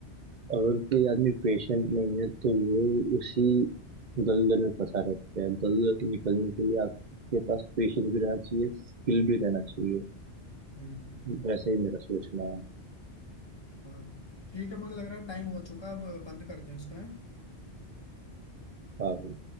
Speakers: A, on the right; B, on the left.
A: अगर कोई आदमी पेशेंट नहीं है तो वो उसी दलदल में फंसा रहता है दलदल से निकलने के लिए आपके पास पेशेंस भी रहना चाहिए स्किल भी रहना चाहिए
B: हम्म
A: वैसे ही मेरा सोचना है
B: हाँ ठीक है मुझे लग रहा है टाइम हो चुका है, अब बंद करते हैं इसको है
A: हाँ